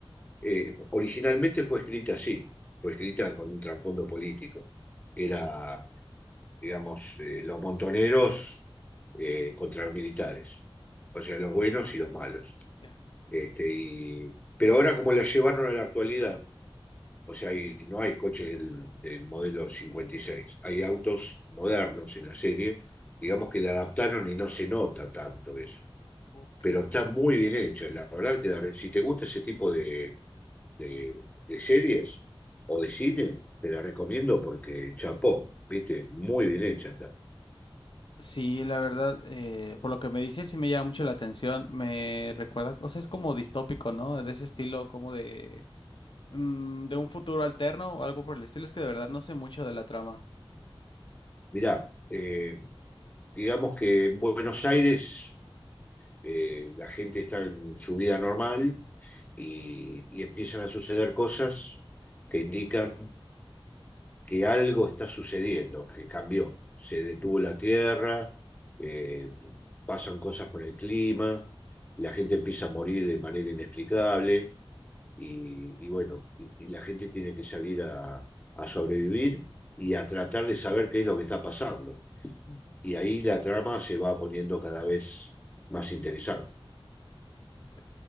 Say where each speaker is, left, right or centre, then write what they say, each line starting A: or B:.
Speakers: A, on the left; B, on the left.
A: Eh, originalmente fue escrita así, fue escrita con un trasfondo político. Era digamos, eh, los montoneros eh, contra los militares,
B: Ya,
A: o sea, los buenos y los malos.
B: ya.
A: Este, y, pero ahora como la llevaron a la actualidad, o sea, hay- no hay coches del, del modelo cincuenta y seis hay autos modernos en la serie, digamos que la adaptaron y no se nota tanto eso,
B: Ok.
A: pero está muy bien hecha, la verdad que te la re- si te gusta ese tipo de, de- de series o de cine, te la recomiendo porque chapó, viste, muy bien hecha está.
B: Sí, la verdad, eh, por lo que me dices, sí me llama mucho la atención. Me recuerda cosas como distópico, ¿no? De ese estilo, como de, mm, de un futuro alterno o algo por el estilo. Es que de verdad no sé mucho de la trama.
A: Mirá, eh, digamos que en Buenos Aires eh, la gente está en su vida normal y, y empiezan a suceder cosas que indican que algo está sucediendo, que cambió. Se detuvo la tierra, eh, pasan cosas con el clima, la gente empieza a morir de manera inexplicable y, y bueno, y- y la gente tiene que salir a, a sobrevivir y a tratar de saber qué es lo que está pasando.
B: Mm,
A: y ahí la trama se va poniendo cada vez más interesante.
B: Ok.